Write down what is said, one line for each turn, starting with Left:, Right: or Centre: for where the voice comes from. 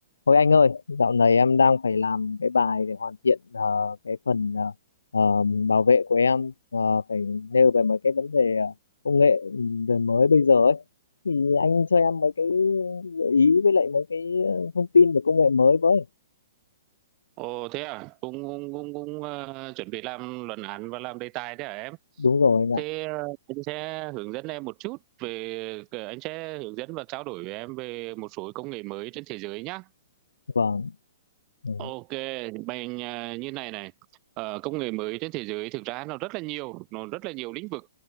Left: Thôi anh ơi, dạo này em đang phải làm cái bài để hoàn thiện ờ, cái phần ờ, ờ, bảo vệ của em ờ, phải nêu về mấy cái vấn đề ờ, công nghệ đời mới bây giờ ấy. Thì anh cho em mấy cái gợi ý với lại mấy cái ờ, thông tin về công nghệ mới với.
Right: Ồ thế à, cũng cũng cũng, cũng ờ, chuẩn bị làm luận án và làm đề tài thế à em?
Left: Đúng rồi anh ạ.
Right: Thế ờ, anh sẽ hướng dẫn em một chút về anh sẽ hướng dẫn và trao đổi với em về một số công nghệ mới trên thế giới nhá.
Left: Vâng. Ừ.
Right: Ok, mình ờ, như này này. Ờ, công nghệ mới trên thế giới thực ra nó rất là nhiều, nó rất là nhiều lĩnh vực.